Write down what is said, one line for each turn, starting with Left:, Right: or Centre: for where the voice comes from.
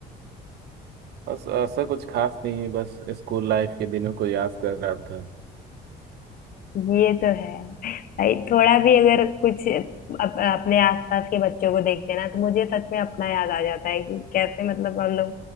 Right: बस ऐसा कुछ खास नहीं बस स्कूल लाइफ के दिनों को याद कर रहा था
Left: ये तो है भाई थोड़ा भी अगर कुछ अप, अपने आसपास के बच्चों को देखते हैं ना तो मुझे सच में अपना याद आ जाता है कि कैसे मतलब हम लोग